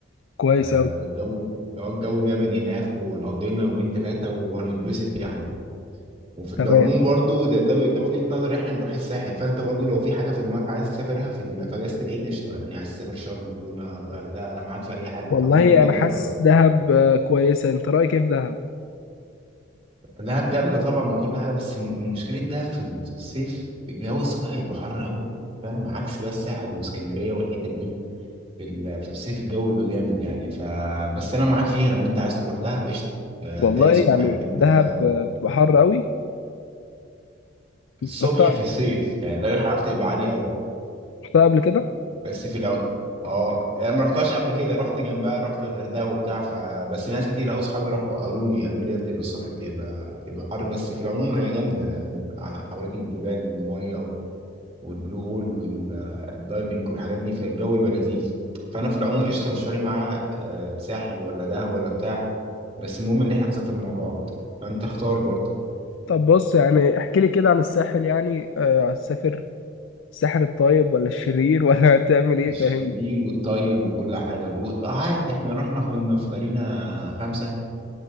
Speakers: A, on the left; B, on the right.
A: كويس
B: آه،
A: أوي
B: الجو آه، الجو جامد هناك ونقضي لنا يومين ثلاثه وهنتبسط يعني وفي
A: تمام
B: العموم برضه ده ده, ده وجهه نظري احنا نروح الساحل فانت برضه لو في حاجه في دماغك عايز تسافرها في ال- في اجازه العيد قشطه يعني عايز تسافر شرم الجونه غردقه انا معاك في اي حاجه
A: والله
B: فقول لي كده
A: أنا حاسس
B: ايه رايك
A: دهب آه، كويسة أنت رأيك إيه في دهب؟
B: دهب جامدة طبعا وكل حاجة بس م- مشكلة دهب في ال- في الصيف الجو الصبح يبقى حر أوي فاهم عكس بقى الساحل واسكندرية والحتت دي في ال- في الصيف الجو يبقى جامد يعني ف بس أنا معاك فيها لو أنت عايز تروح دهب قشطة آه،
A: والله
B: دايس
A: يعني
B: معاك أنت
A: دهب
B: و-
A: آه، بتبقى حر أوي أنت
B: الصبح
A: رحتها
B: في الصيف يعني ده الحرارة تبقى عالية أوي
A: رحتها قبل كده؟
B: بس في العم اه يعني ما رحتهاش قبل كده رحت جنبها رحت الغردقه وبتاع ف بس ناس كتير قوي صحابي راحوا قالوا لي قالوا لي هي بتبقى الصبح بتبقى بتبقى حر بس في العموم هي جامده يعني حواليك الجبال والميه و- والبلو هول والدايفنج والحاجات دي فالجو يبقى لذيذ فانا في العموم قشطه مش فارق معايا آه، ساحل ولا دهب ولا بتاع بس المهم ان احنا نسافر مع بعض فانت اختار برضه
A: طب بص يعني احكي لي كده عن الساحل يعني آه، هتسافر الساحل الطيب ولا الشرير ولا <laughs> هتعمل إيه
B: الشرير
A: فاهم؟
B: والطيب وكل حاجه آه، عادي احنا رحنا كنا في مارينا خمسة